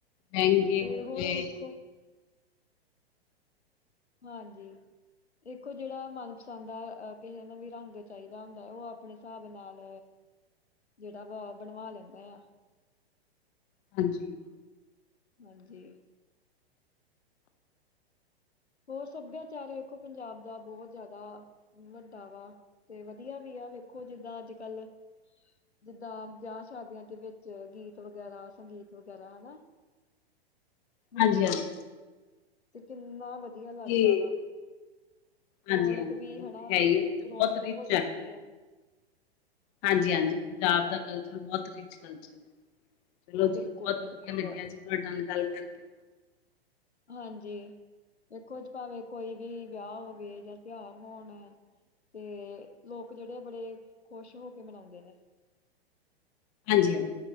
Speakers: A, on the left (about 25°); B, on the left (about 85°).
A: ਲਹਿੰਗੇ
B: ਤੇ
A: ਹੋ
B: ਹੋਰ
A: ਗਏ
B: ਵੇਖੋ ਹਾਂਜੀ ਦੇਖੋ ਜੇੜਾ ਮਨਪਸੰਦ ਆ ਕਿਸੇ ਨੂੰ ਵੀ ਰੰਗ ਚਾਹੀਦਾ ਹੁੰਦਾ ਓ ਆਪਨੇ ਹਿਸਾਬ ਨਾਲ ਜੇੜਾ ਵਾ ਬਣਵਾ ਲੈਂਦਾ ਆ।
A: ਹਾਂਜੀ
B: ਹਾਂਜੀ ਹੋਰ ਸਭਿਆਚਾਰ ਵੇਖੋ ਪੰਜਾਬ ਦਾ ਬੋਤ ਜਾਦਾ ਵੱਡਾ ਵਾ ਤੇ ਵਧੀਆਂ ਵੀ ਆ ਵੇਖੋ ਜਿੱਦਾਂ ਅੱਜ-ਕੱਲ ਜਿੱਦਾਂ ਵਿਆਹ ਸ਼ਾਦੀਆਂ ਦੇ ਵਿੱਚ ਗੀਤ ਵਗੈਰਾ ਸੰਗੀਤ ਵਗੈਰਾ ਹਨਾ ਹੁੰਦੇ
A: ਹਾਂਜੀ ਹਾਂਜੀ
B: ਨੇ ਤੇ ਕਿੰਨਾ ਵਧ ਵਧੀਆਂ ਲੱਗਦਾ
A: ਤੇ
B: ਵਾ।
A: ਹਾਂਜੀ
B: ਰੌਣਕ
A: ਹਾਂਜੀ
B: ਵੀ
A: ਉਹ
B: ਹਨਾ
A: ਤੇ ਹੈ ਹੀ ਉਹ ਤੇ ਬਹੁਤ
B: ਰੌਣਕ
A: ਰਿਚ
B: ਹੋ
A: ਹੈ
B: ਜਾਂਦੀ ਆ।
A: ਹਾਂਜੀ- ਹਾਂਜੀ ਪੰਜਾਬ ਦਾ ਕਲਚਰ ਬੋਤ ਰਿਚ ਕਲਚਰ ਚਲੋ
B: ਬਿਲਕੁਲ
A: ਜੀ ਬੋਤ
B: ਬਿਲਕੁਲ
A: ਵਧੀਆ ਲੱਗਿਆ ਜੀ ਤੁਹਾਡੇ ਨਾਲ ਗੱਲ ਕਰਕੇ
B: ਹਾਂਜੀ ਦੇਖੋ ਭਾਵੇਂ ਕੋਈ ਵੀ ਵਿਆਹ ਹੋਵੇ ਜਾਂ ਤਿਉਹਾਰ ਹੋਣ ਤੇ ਲੋਕ ਜੇੜੇ ਬੜੇ ਖੁਸ਼ ਹੋ ਕੇ ਮਨਾਉਦੇ ਨੇ।
A: ਹਾਂਜੀ-ਹਾਂਜੀ